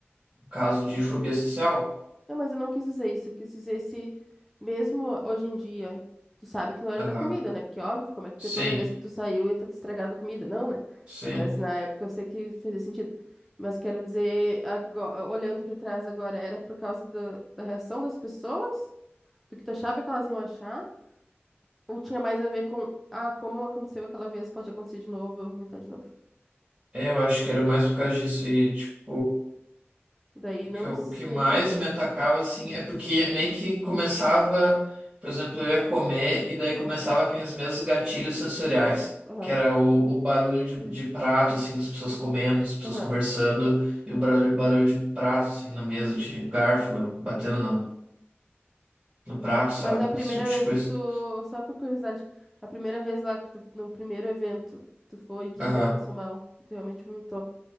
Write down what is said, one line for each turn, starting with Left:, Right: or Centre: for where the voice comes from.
Right: um caso de fobia social.
Centre: Não, mas eu não quis dizer isso. Eu quis dizer se, mesmo hoje em dia, tu sabe que não era
Right: Aham.
Centre: da comida, né? Porque, óbvio, como é que
Right: Sim,
Centre: tu- toda vez que tu saiu ia estar estragado a comida? Não, né?
Right: sim.
Centre: Mas na época eu sei que fazia sentido. Mas quero dizer, agora, olhando pra trás agora, era por causa da da reação das pessoas? Do que tu achava que elas iam achar? Ou tinha mais a ver com, ah, como aconteceu aquela vez, pode acontecer de novo, eu vou vomitar de novo.
Right: É, eu acho que era mais por causa disso e, tipo.
Centre: Daí
Right: O
Centre: não
Right: que, eu-
Centre: seria
Right: o que mais
Centre: tanto,
Right: me atacava,
Centre: né?
Right: assim, é porque meio que começava, por exemplo, eu ia comer e daí começava aqueles mesmos gatilhos sensoriais,
Centre: Aham.
Right: que era o, o barulho de,
Centre: Hum.
Right: de prato, assim, das pessoas comendo, das pessoas
Centre: Aham.
Right: conversando, e o barulho, barulho de prato, assim, na mesa, de garfo, batendo no, no prato, sabe?
Centre: Mas é a primeira
Right: Esse tipo
Centre: vez
Right: de coisa.
Centre: que tu, só por curiosidade, a primeira vez lá que tu, no primeiro evento tu foi que
Right: Aham,
Centre: tu passou mal, que tu realmente vomitou.